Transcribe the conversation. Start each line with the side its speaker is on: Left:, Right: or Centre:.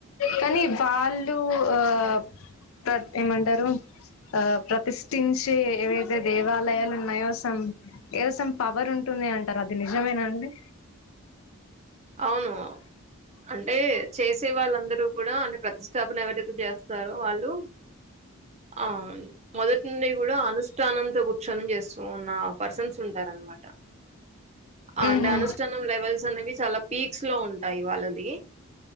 Left: కానీ వాళ్ళు ఆ ప్ర ఏమంటారు ఆ ప్రతిష్ఠించే ఏవైతే దేవాలయాలున్నాయో సం ఏదో సం పవర్ ఉంటుంది అంటారు అది నిజమేనా అండి
Right: అవును అంటే చేసే వాళ్ళందరు కుడా అంటే ప్రతిష్టాపన ఎవరైతే చేస్తారో వాళ్ళు ఆ మొదటి నుండి కూడా అనుష్ఠానం తొ కూర్చోని చేస్తూ ఉనా పర్సన్స్ తుంటారనమాట అంటే
Left: ఉహు
Right: అనుష్ఠానం లెవెల్స్ అనేవి చాలా పీక్స్ లో ఉంటాయి వాళ్ళది